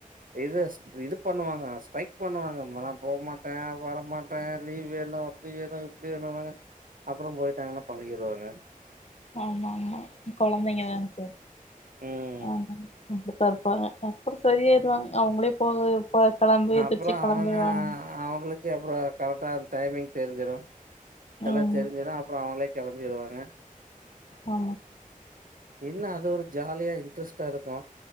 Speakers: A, on the right; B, on the left.
A: இது இது பண்ணுவாங்க ஸ்ட்ரைக் பண்ணுவாங்க அங்கலாம் போ மாட்டேன் வர மாட்டேன் லீவ் வேணும் அப்டி வேணும் இப்டி வேணும் அப்புற போயிட்டாங்கனா பழகிருவாங்க
B: ஆமா ஆமா கொழந்தைங்க தா எனக்கு
A: ம்
B: ஆ பா இருப்பாங்க அப்புற சரியாயிருவாங்க அவுங்களே போக போ கெளம்பி எந்திரிச்சு
A: அப்புற
B: கெளம்பிருவாங்க
A: அவுங்க அவுங்களுக்கு அப்புற கரெக்டா டைமிங் தெரிஞ்சிடு
B: ம்
A: எல்லா தெரிஞ்சிடு அப்புற அவுங்களே கிளம்பிடுவாங்க
B: ஆ
A: இன்னு அது ஒரு ஜாலியா இன்ட்ரெஸ்டா இருக்கு